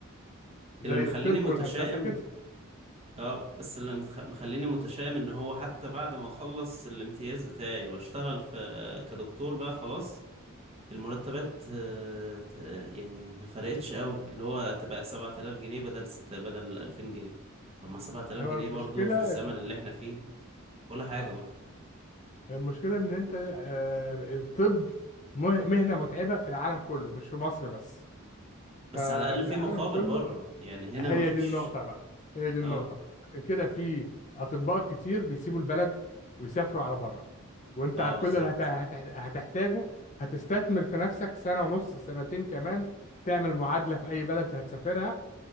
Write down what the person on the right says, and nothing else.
اللي مخليني
متشائم
اه بس اللي متخ... مخليني متشائم ان هو حتى بعد ما اخلص الامتياز بتاعي واشتغل في كدكتور بقى خلاص المرتبات آه، ت- يعني ما فرقتش قوي اللي هو تبقى 7000 جنيه بدل ست... بدل 2000 جنيه طب ما 7000
جنيه
برضو في الزمن
اللي احنا فيه ولا حاجة
برضه
بس
على الأقل في
مقابل
بره يعني هنا
مفيش
اه
اه
بالظبط